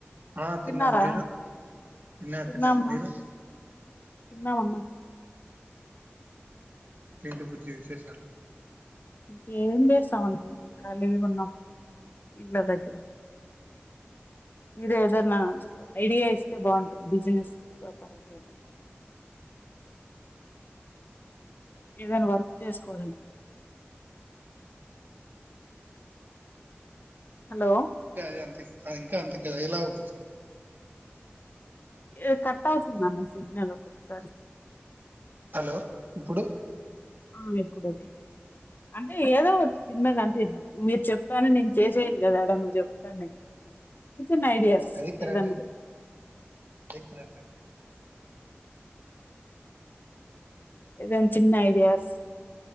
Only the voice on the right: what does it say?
ఆ
తిన్నా మీరు తిన్నా
తిన్నా మీరు
ఇంకేంటి బుజ్జి విశేషాలు
ఇంకా అది అంత అది ఇంకా అంతకీలా <inaudible>
హలో ఇప్పుడు
అది కరెక్ట్
అదే కరెక్ట్ అనుకో